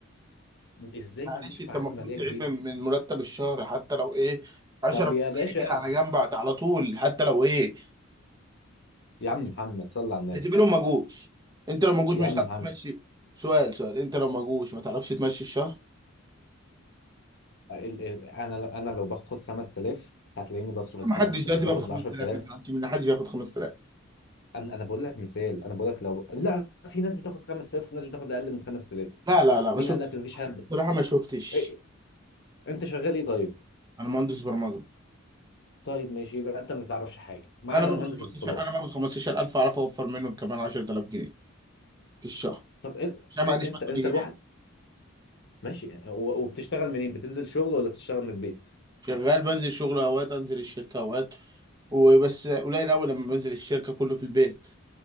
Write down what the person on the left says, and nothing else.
ازاي
ما عنديش
معرفه
ماليه
كبيره
طب يا باشا
يا عم محمد صلى على النبي
يا
عم
محمد
ال- ال- انا لو انا لو باخد 5000 هتلاقيني بصرف ال
5000
باخد
ال 10000
انا انا بقول لك مثال انا بقول لك لو لا في ناس بتاخد 5000 وناس بتاخد اقل من 5000
مين
قال لك ان مفيش حد
إيه؟ انت شغال ايه طيب
طيب ماشي يبقى انت ما تعرفش حاجه ما
انا
مهندس
اتصالات
طب انت
انت
انت الواحد ماشي و- وبتشتغل منين بتنزل شغل ولا بتشتغل من البيت